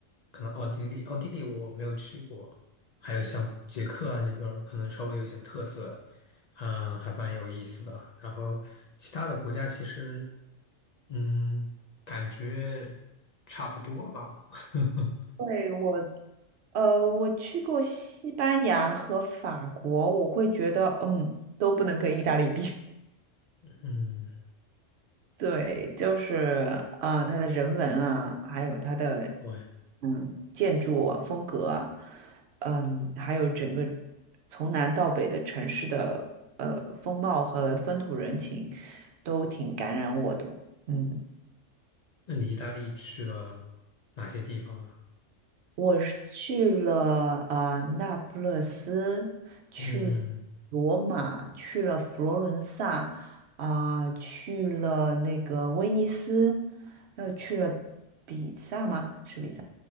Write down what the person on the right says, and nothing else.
<laughs> 对，我呃，我去过西班牙和法国，我会觉得，嗯，都不能跟意大利比。<laughs>
对，就是呃，它的人文啊，还有它的
嗯建筑啊、风格啊，嗯，还有整个从南到北的城市的呃风貌和风土人情，都挺感染我的。嗯。
我是去了呃那不勒斯，去
罗马，去了佛罗伦萨，啊、去了那个威尼斯，又去了比萨吗？是比萨？